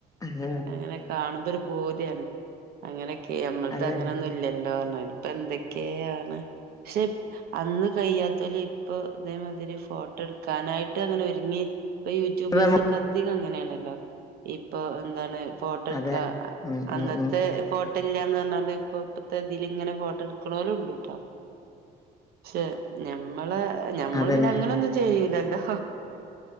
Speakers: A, on the left; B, on the right.
A: ആഹ്
B: അങ്ങനെ കാണുമ്പോ ഒരു പൂതിയാണ് അങ്ങനെയൊക്കെ നമ്മളത്
A: അതന്നെ
B: അങ്ങനെയൊന്നും ഇല്ലല്ലോ ഇപ്പൊ എന്തൊക്കെയാണ് പക്ഷെ അന്ന് കഴിയാതോല് ഇപ്പൊ ഇതേമാതിരി ഫോട്ടോ എടുക്കാനായിട്ട് ങ്ങനെ ഒരുങ്ങി ഇപ്പൊ യൂറ്റൂബേഴ്സ്
A: ഇപ്പ നമ്മ
B: ഒക്കെ അധികം അങ്ങനെയാണല്ലോ. ഇപ്പൊ എന്താണ് ഫോട്ടോട്ക.
A: അതെ ഉം
B: അന്നത്തെ
A: ഉം ഉം
B: ഫോട്ടോ ല്യാന്ന് പറഞ്ഞാണ്ട് ഇപ്പൊ ത തീല് ഇങ്ങനെ ഫോട്ടോ എട്ക്ണോലും ണ്ട് കേട്ടോ. പക്ഷെ ഞമ്മളേ ഞമ്മള്
A: അതന്നെ
B: പിന്നെ അങ്ങനൊന്നും ചെയ്യൂലല്ലോ?